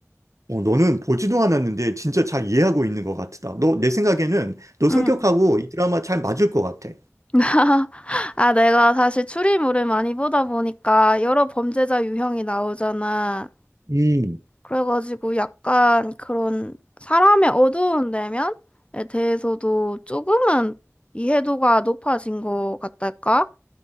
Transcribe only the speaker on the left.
음.
<laughs> 아, 내가 사실 추리물을 많이 보다 보니까 여러 범죄자 유형이 나오잖아.
그래가지고 약간 그런 사람의 어두운 내면에 대해서도 조금은 이해도가 높아진 것 같달까?